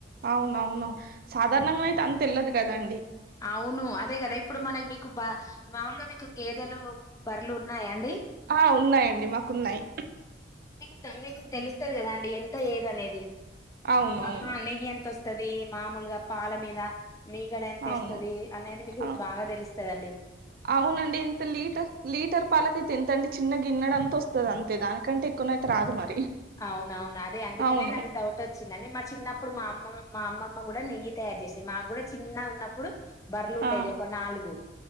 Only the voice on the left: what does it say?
అవును అదే కదా ఇప్పుడు మన మీకు బ మాలుగా గేదెలు బర్రేలు ఉన్నాయా అండి
కు తెలుస్తది కదా అండి ఎంత ఏదనేది
ఆహా నెయ్యి ఎంత వస్ మామూలుగా పాల మీద మీగడ ఎంత
ఇస్తది అనేది మీకు
బాగా తెలుస్ స్తదండి
అవునవును అదే అందుకనే
నాకు డౌట్ వచ్చిందండి మా చిన్నప్పుడు మా అమ్మమ్ మా అమ్మమ్మ కూడా నెయ్యి త చేసేది మాకు కూడా చిన్న ఉన్న అప్పుడు బర్రులుండేది
ఒక నాలుగు